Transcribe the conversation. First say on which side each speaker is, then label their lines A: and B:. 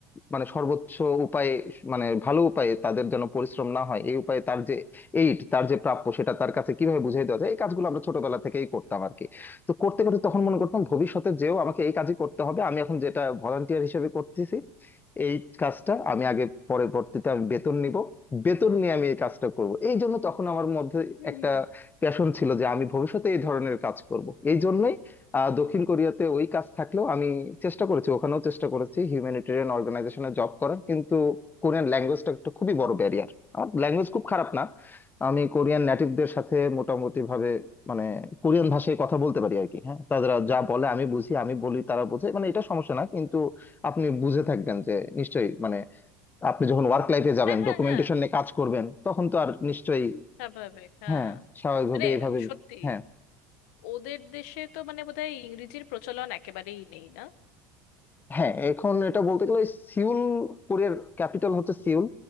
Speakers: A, on the left; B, on the left.
A: মানে সর্বোচ্চ উপায়ে মানে ভালো উপায়ে তাদের যেন পরিশ্রম না হয় এই উপায়ে তার যে এইড তার যে প্রাপ্য সেটা তার কাছে কিভাবে বুঝিয়ে দেওয়া যায় এই কাজগুলো আমরা ছোটবেলা থেকেই করতাম আর কি তো করতে করতে তখন মনে করতাম ভবিষ্যতে যেও আমাকে এই কাজই করতে হবে আমি এখন যেটা ভলান্টিয়ার হিসেবে করতেছি এই কাজটা আমি আগে পরবর্তীতে আমি বেতন নিব বেতন নিয়ে আমি এই কাজটা করব এই জন্য তখন আমার মধ্যে
B: হুম
A: একটা প্যাশন ছিল যে আমি ভবিষ্যতে এই ধরনের কাজ করব এই জন্যই আহ, দক্ষিণ কোরিয়াতে ওই কাজ থাকলেও আমি চেষ্টা করেছি ওখানেও চেষ্টা করেছি হিউম্যানিটেরিয়ান অর্গানাইজেশনে জব করার কিন্তু কোরিয়ান ল্যাঙ্গুয়েজটা একটা খুবই বড় ব্যারিয়ার আমার ল্যাঙ্গুয়েজ খুব খারাপ না আমি কোরিয়ান নেটিভদের সাথে মোটামুটি ভাবে মানে কোরিয়ান ভাষায় কথা বলতে পারি আর কি হ্যাঁ তারা যা বলে আমি বুঝি আমি বলি তারা বোঝে মানে এটা সমস্যা না কিন্তু আপনি বুঝে থাকবেন যে নিশ্চয়ই মানে আপনি যখন ওয়ার্ক লাইফে যাবেন
B: হ্যাঁ হ্যাঁ
A: ডকুমেন্টেশন
B: হ্যাঁ
A: নিয়ে কাজ করবেন তখন তো আর নিশ্চয়ই
B: স্বাভাবিক হ্যাঁ
A: হ্যাঁ স্বাভাবিকভাবে
B: মানে
A: এভাবে
B: সত্যি
A: হ্যাঁ
B: ওদের দেশে তো মানে বোধহয় ইংরেজির প্রচলন একেবারেই নেই না
A: হ্যাঁ এখন এটা বলতে গেলে ওই সিউল কোরিয়ার ক্যাপিটাল হচ্ছে সিউল